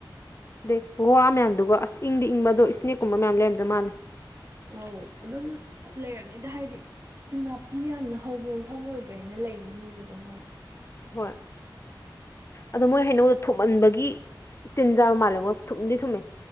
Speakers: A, on the left; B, on the right.
A: ꯑꯗꯩ ꯋꯥ ꯃꯌꯥꯝꯗꯨꯒ ꯑꯁ ꯏꯪꯗꯤ ꯏꯪꯕ ꯑꯗꯣ ꯏꯁꯅꯦꯛꯀꯨꯝꯕ ꯃꯌꯥꯝ ꯂꯩꯔꯝꯗꯧ ꯃꯥꯜꯂꯦ
B: ꯑꯧ ꯑꯗꯨꯝ ꯂꯩꯔꯝꯅꯤꯗ ꯍꯥꯏꯗꯤ ꯅꯥꯄꯤ ꯌꯥꯝꯅ ꯍꯧꯕ ꯃꯐꯝ ꯑꯣꯏꯕꯅꯤꯅ ꯂꯩꯅꯤꯕ ꯑꯗꯣ ꯃꯣꯏꯗꯤ
A: ꯍꯣꯏ ꯑꯗꯣ ꯃꯣꯏ ꯍꯩꯅꯧꯗ ꯊꯨꯝꯃꯟꯕꯒꯤ ꯇꯤꯟꯖꯥꯕ ꯃꯥꯜꯂꯦꯉꯣ ꯊꯨꯝꯗꯤ ꯊꯨꯝꯃꯦ